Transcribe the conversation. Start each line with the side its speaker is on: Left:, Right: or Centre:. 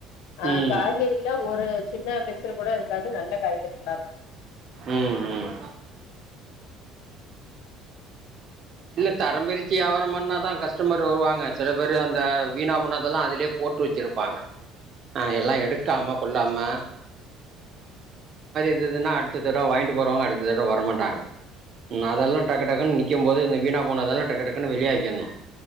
Right: ம்
Left: ஆ
Right: ம்
Left: காய்கறிலே ஒரு சின்ன பிசுரு கூட இருக்காது நல்ல காய்கறி
Right: ம் ம் இல்ல தரம்பிரிச்சி வியாபாரம் பண்ணாதான் கஸ்டமர் வருவாங்க சில பேரு அந்த வீணாபோனதெல்லாம் அதுலயே போட் போட்டு வச்சிருப்பாங்க ஆ எல்லாம் எடுக்காம கொள்ளாம இந்ததுனா அடுத்த தடவை வாங்கிட்டு போறவங்க அடுத்த தடவை வர மாட்டாங்க அதெல்லாம் டக்கு டக்குன்னு நிக்கும் போது இந்த வீணா போனதெல்லாம் டக்கு டக்குன்ன வெளியாக்கிணும்